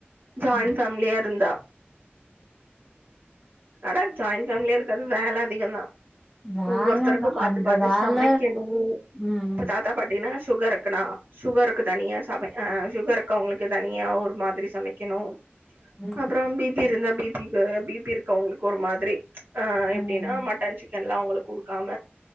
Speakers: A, on the right; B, in the centre.
A: ஜாயிண்ட்
B: ம்
A: ஃபேமிலியா இருந்தா ஆனா ஜாயின்ட் ஃபேமிலியா இருந்தாலூ வேல அதிகந் தா
B: வேலதா
A: ஒவ்வொருத்தருக்கூ பாத்து
B: அந்த
A: பாத்து
B: வேல
A: சமைக்கணூ
B: ம்
A: தாத் தா பாட்டீன்னா சுகர் இருக்கனா சுகருக்கு தனியா சமைக்க ஆ சுகருக்கு அவங்களுக்கு தனியா ஒரு மாதிரி சமைக்கணூ
B: ம்
A: அப்புறோ பி பி இருந்தா பி பி வேற பி பி இருக்கவுங்களுக்கு ஒரு மாதிரி ‌ஆ எப்டின்னா
B: ம்
A: மட்டன் சிக்கன்லா அவுங்களுக் குடுக்காம